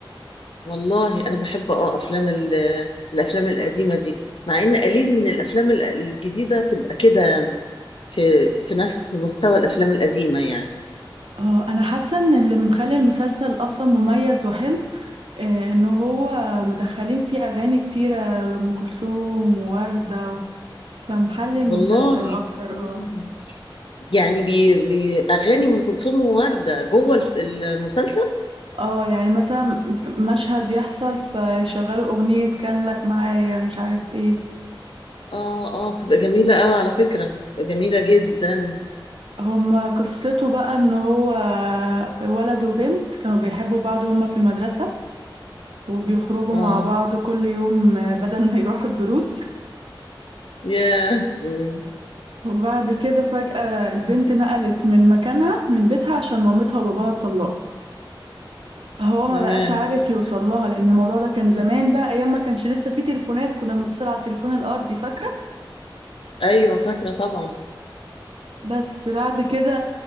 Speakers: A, on the left (about 75°); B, on the right (about 85°).
A: والله انا بحب اه افلام ال- الافلام القديمه دي مع ان قليل من الافلام ال- الجديده تبقى كده في في نفس مستوى الافلام القديمه يعني
B: اه انا حاسه ان اللي مخلي المسلسل اصلا مميز وحلو آه ان هو مدخلين فيه اغاني كتيره لام كلثوم ووردة و... فمحلي المسلسل
A: والله
B: اكتر
A: مم.
B: اه
A: يعني بي بي اغاني ام كلثوم وورده جوه الف- المسلسل
B: اه يعني مثلا مشهد يحصل فيشغلوا اغنيه كان لك معايا مش عارف ايه
A: اه اه تبقى جميله قوي على فكره تبقى جميله جدا
B: هما قصته بقى ان هو ولد وبنت كانوا بيحبوا بعض هما في المدرسة وبيخرجوا
A: اه
B: مع بعض كل يوم بدل ما يروحوا الدروس
A: ياه مم.
B: وبعد كده فجأة البنت نقلت من مكانها من بيتها عشان مامتها وباباها اتطلقوا فهو
A: تمام
B: ما بقاش عارف يوصل لها لان الموضوع ده كان زمان بقى ايام ما كانش لسه في تليفونات كنا بنتصل على التليفون الارضي فاكرة
A: ايوه فاكره طبعا
B: بس بعد كده